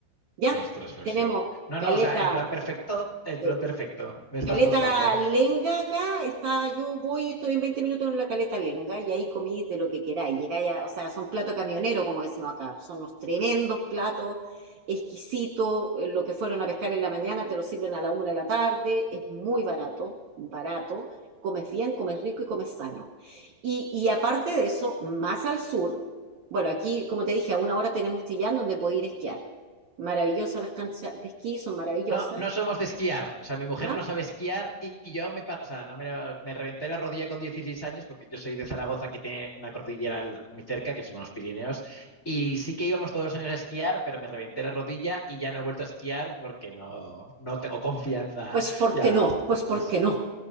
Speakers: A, on the right; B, on the left.
A: ¿Ya?
B: Ostras, pues
A: Tenemos
B: sí. No,
A: caleta,
B: no, o sea, el plan perfecto, el
A: sí,
B: plan perfecto, me estás
A: Caleta
B: contando.
A: Lenga acá, está, yo voy, estoy en 20 minutos en la Caleta Lenga y ahí comí de lo que queráis. Llegáis a, o sea, son platos camioneros, como decimos acá, son unos tremendos platos, exquisitos, eh, lo que fueron a pescar en la mañana te lo sirven a la una de la tarde, es muy barato, barato, comes bien, comes rico y comes sano. Y, y aparte de eso, más al sur, bueno, aquí, como te dije, a una hora tenemos Chillán donde puedo ir a esquiar. Maravillosas las canchas de esquí, son maravillosas,
B: No, no somos de esquiar. O sea, mi mujer
A: ¿no?
B: no sabe esquiar y y yo me, par- o sea, no me, me reventé la rodilla con 16 años porque yo soy de Zaragoza que tiene una cordillera al- muy cerca, que son los Pirineos, y sí que íbamos todos los años a esquiar, pero me reventé la rodilla y ya no he vuelto a esquiar porque no, no tengo confianza
A: Pues ¿por
B: ya
A: qué no? Pues ¿por
B: más.
A: qué no?